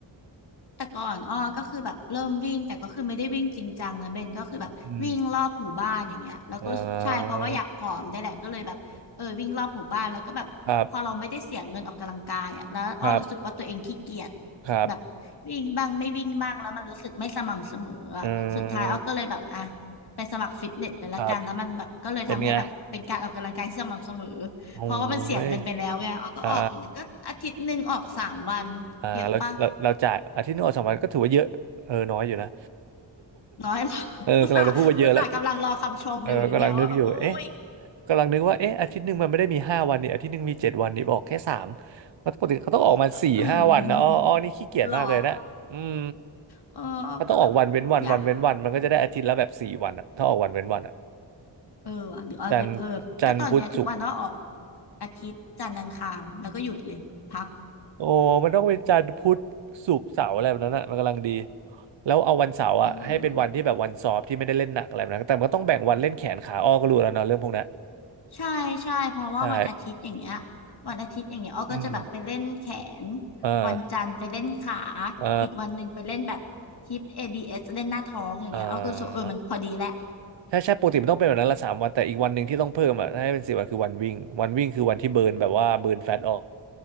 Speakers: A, on the left; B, on the right.
A: แต่ก่อนอ้อก็คือแบบเริ่มวิ่งแต่ก็คือไม่ได้วิ่งจริงจังนะเบนก็คือแบบวิ่งรอบหมู่บ้านอย่างเงี้ยแล้วก็ใช่เพราะว่าอยากผอมได้แหละก็เลยแบบเออวิ่งรอบหมู่บ้านแล้วก็แบบพอเราไม่ได้เสียเงินออกกำลังกายอ่ะแล้วอ้อรู้สึกว่าตัวเองขี้เกียจ
B: อืมอ่าครับ ครับครับ
A: แบบวิ่งบ้างไม่วิ่งบ้างแล้วมันรู้สึกไม่สม่ำเสมออะสุดท้ายอ้อก็เลยแบบอ่ะ
B: เืม
A: ไปสมัครฟิตเนสเลยละกันแล้วมันแบบก็เลยทำให้แบบเป็นการออกกำลังกายที่สม่ำเสมอ
B: ครับเป็นไงโอ้
A: เพราะว่ามันเสียเงินไปแล้วไงอ้อก็ออกอยู่นะก็อาทิตย์หนึ่งออกสามวันเยอะปะ
B: ยอ่าอ่าเราเราเราจ่ายอาทิตย์หนึงออกสองวันก็ถือว่าเยอะเออน้อยอยู่นะ
A: น้อย <laughs> เหรอ <laughs>
B: เออกำลังจะพูดว่าเยอะแล้ว
A: อุตส่าห์อุตส่าห์กำลังรอคำชมอยู่เนี่ยเนี่ยว่าแบบอุ้ย
B: เออกำลังนึกอยู่ เอ๊ะกำลังนึกว่าเอ๊ะอาทิตย์หนึ่งมันไม่ได้มีห้าวันนี่อาทิตย์หนึ่งมีเจ็ดวันนี่บอกแค่สามเพราะปกติเขาต้องออกมาสี่ห้าวันนะอ้ออ้อนี่ขี้เกียจมากเลยนะอืม
A: ก็ <laughs> หรอเออก็แบบ
B: เขาต้องออกวันเว้นวันวันเว้นวันมันก็จะได้อาทิตย์ละแบบสี่วันอะถ้าออกวันเว้นวันอะ
A: อยากเออว่ะหรือเอาไปเพิ่มก็ตอนเนี้ยทุกวันเนาะออก
B: จันทร์จันทร์พุธศุกร์
A: อาทิตย์จันทร์อังคารแล้วก็หยุดเลยพัก
B: โอ้มันต้องเป็นจันทร์พุธศุกร์เสาร์อะไรแบบนั้นอ่ะมันกำลังดีแล้วเอาวันเสาร์อ่ะให้เป็นวันที่แบบวันสอบที่ไม่ได้เล่นหนักอะไรแบบนั้นแต่มันก็ต้องแบ่งวันเล่นแขนขาอ้อก็รู้แล้วเนาะเรื่องพวกนั้น
A: เออใช่ใช่เพราะว่าวันอาทิตย์อย่างเงี้ย
B: ใช่
A: วันอาทิตย์อย่างเงี้ยอ้อก็จะแบบไปเล่นแขน
B: อืมเออ
A: วันจันทร์ไปเล่นขา
B: เออ
A: อีกวันหนึ่งไปเล่นแบบฮิป ABS เอสเล่นหน้าท้องอย่างเงี้ยอ้อก็รู้สึกว่าเออมันพอดีแหละ
B: เออใช่ใช่ปกติมันต้องเป็นแบบนั้นละสามวันแต่อีกวันหนึ่งที่ต้องเพิ่มอ่ะให้เป็นสี่วันคือวันวิ่งวันวิ่งคือวันที่เบิร์นแบบว่าเบิร์นแฟตออก